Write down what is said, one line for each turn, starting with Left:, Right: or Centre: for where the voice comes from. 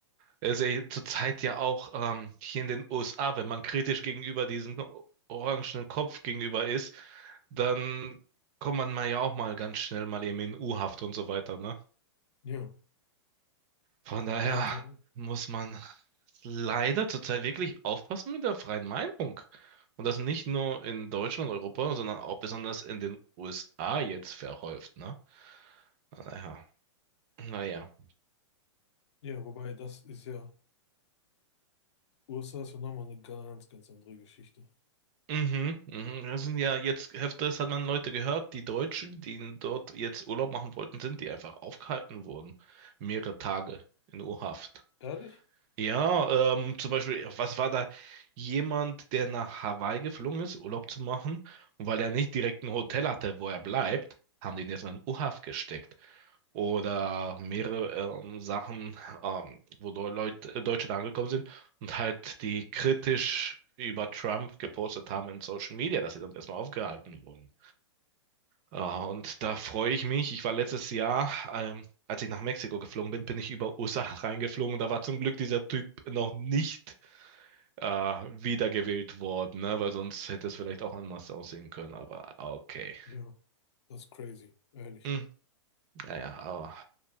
Right: Es ist ja zurzeit ja auch ähm, hier in den USA, wenn man kritisch gegenüber diesem orangenen Kopf gegenüber ist, dann kommt man mal ja auch mal ganz schnell mal eben in U-Haft und so weiter, ne?
Left: Ja,
Right: Von daher
Left: ja, ja.
Right: muss man leider zurzeit wirklich aufpassen mit der freien Meinung. Und das nicht nur in Deutschland, Europa, sondern auch besonders in den USA jetzt verhäuft, ne? Naja, naja.
Left: Ja, wobei das ist ja, USA ist ja nochmal eine ganz, ganz andere Geschichte.
Right: Mhm, mhm. Das sind ja jetzt öfters hat man Leute gehört, die Deutschen, die dort jetzt Urlaub machen wollten, sind, die einfach aufgehalten wurden. Mehrere Tage in U-Haft.
Left: Ehrlich?
Right: Ja, ähm, zum Beispiel, was war da jemand, der nach Hawaii geflogen ist, Urlaub zu machen, und weil er nicht direkt ein Hotel hatte, wo er bleibt, haben die ihn erstmal in U-Haft gesteckt oder mehrere ähm, Sachen, ähm, wo Deu- Leute, äh, Deutsche da angekommen sind und halt die kritisch über Trump gepostet haben in Social Media, dass sie dann erstmal aufgehalten wurden. Äh, und da freue ich mich. Ich war letztes Jahr, ähm, als ich nach Mexiko geflogen bin, bin ich über USA <laughs> reingeflogen und da war zum Glück dieser Typ noch nicht äh, wiedergewählt worden, ne? Weil sonst hätte es vielleicht auch anders aussehen können, aber okay.
Left: Ja, das ist crazy, ehrlich.
Right: Hm, naja, aber